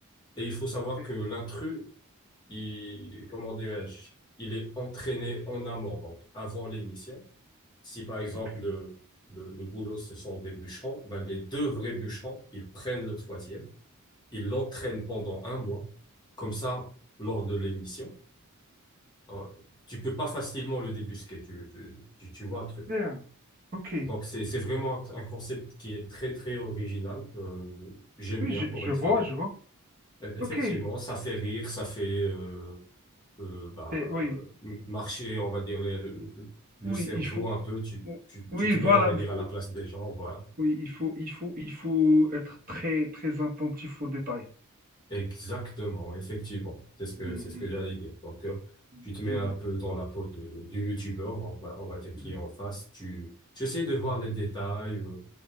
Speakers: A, on the left; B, on the right.
A: Et il faut savoir
B: ok,
A: que l'intrus, il, comment dirais-je, il est entraîné en amont, donc avant l'émission. Si, par exemple,
B: ok.
A: le, le, le boulot, ce sont des bûcherons, ben, les deux vrais bûcherons, ils prennent le troisième, ils l'entraînent pendant un mois. Comme ça, lors de l'émission, Oh, tu peux pas facilement le débusquer, tu, tu, tu tu vois un truc.
B: Bien, ok.
A: Donc c'est, c'est vraiment un concept qui est très très original. Euh, j'aime
B: Oui,
A: bien
B: je,
A: pour
B: je
A: être
B: vois,
A: honnête.
B: je vois.
A: Euh, Effectivement,
B: Ok.
A: ça fait rire, ça fait euh, euh, bah,
B: C'est- Oui,
A: euh, marcher, on va dire, le, le, le
B: oui,
A: cerveau
B: il faut.
A: un peu. Tu, tu,
B: Oui,
A: tu te
B: voilà,
A: mets, on va
B: il
A: dire,
B: faut.
A: à la place des gens, voilà.
B: Oui, il faut, il faut, il faut être très, très attentif aux détails.
A: Exactement, effectivement. C'est ce que,
B: Mm,
A: c'est ce
B: mm,
A: que j'allais dire. Donc, euh,
B: mm.
A: tu te
B: J'aime
A: mets un
B: bien.
A: peu dans la peau de, du youtubeur, on va, on va dire qui
B: Mm,
A: est en face. Tu, tu essaies de voir les détails, euh,